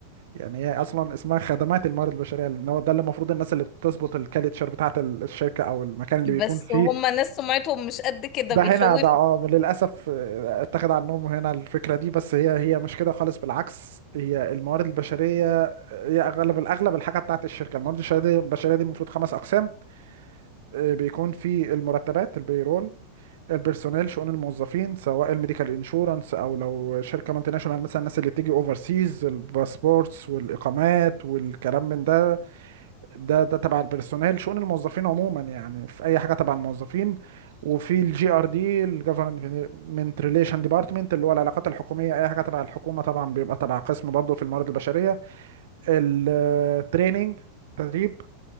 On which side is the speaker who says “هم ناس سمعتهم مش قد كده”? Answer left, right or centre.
Left